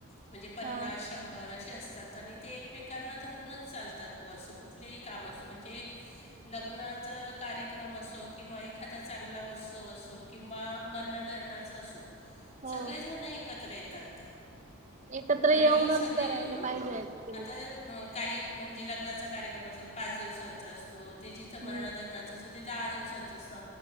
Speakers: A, on the left; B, on the right.
A: म्हणजे पन्नास
B: हा
A: शंभर बरेसे असतात आणि ते एकमेकांना धरूनच चालतात बॉअसं कुठलेही काम असं म्हणजे लग्नाचा कार्यक्रम असो किंवा एखादा चांगला उत्सव असो. किंवा मरणाधरणाचं असो
B: हो.
A: सगळेजण एकत्र येतात ते.
B: एकत्र येऊनच
A: आणि सगळे
B: करायला
A: मिळून
B: पाहिजे ऍक्च्युली.
A: आता म काही म्हणजे लग्नाचा कार्यक्रम असेल पाच दिवसांचा असतो ते जिथं
B: हम्म
A: मरणा धरणाच ते दहा दिवसांचं असतं.